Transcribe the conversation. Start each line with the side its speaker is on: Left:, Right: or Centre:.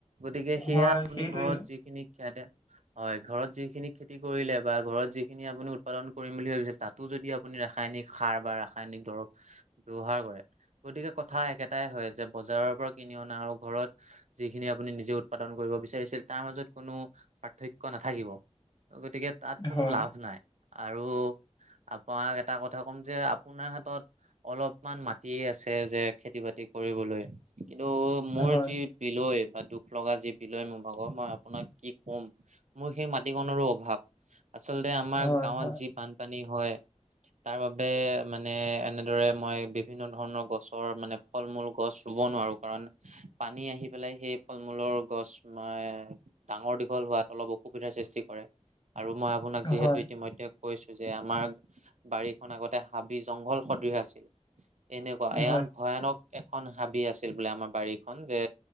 Right: গতিকে সেয়া
Left: হয়
Right: আপুনি
Left: সেইটোৱে
Right: ঘৰত যিখিনি খ্যাতে হয়, ঘৰত যিখিনি খেতি কৰিলে বা ঘৰত যিখিনি আপুনি উৎপাদন কৰিম বুলি ভাবিছে তাত। টো যদি আপুনি ৰাসায়নিক সাৰ বা ৰাসায়নিক দৰৱ। ব্যৱহাৰ কৰে, গতিকে কথা একেটাই হয় যে বজাৰৰ পৰা কিনি অনা আৰু ঘৰত যিখিনি আপুনি নিজে উৎপাদন কৰিব বিচাৰিছিল তাৰ মাজত কোনো পাৰ্থক্য নাথাকিব, গতিকে তাত কোনো
Left: হয়
Right: লাভ নাই। আৰু আপোনাক এটা কথা ক'ম যে আপোনাৰ হাতত অলপমান মাটি আছে যে খেতি বাতি কৰিবলৈ। কিন্তু মোৰ
Left: হয়
Right: যি বিলয় বা দুখ লগা যি বিলয় মোৰ ভাগৰ মই আপোনাক কি কম মোৰ সেই মাটিকনৰো অভাৱ। আচলতে আমাৰ
Left: হয়
Right: গাঁৱত
Left: হয়
Right: যি বান পানী হয়। তাৰ বাবে মানে এনেদৰে মই বিভিন্ন ধৰণৰ গছৰ মানে ফল-মূল গছ ৰুব নোৱাৰোঁ। কাৰণ পানী আহি পেলাই সেই ফল-মূলৰ গছ তোমাৰ ডাঙৰ দীঘল হোৱাত অলপ অসুবিধাৰ সৃষ্টি কৰে, আৰু মই আপোনাক যিহেতু
Left: হয়।
Right: ইতিমধ্যে কৈছো যে আমাৰ বাৰীখন আগতে হাবি-জংঘল সদৃহ আছিল। এনেকুৱা
Left: হয়,
Right: ইমান ভয়ানক এখন হাবি আছিল বোলে আমাৰ বাৰীখনন যে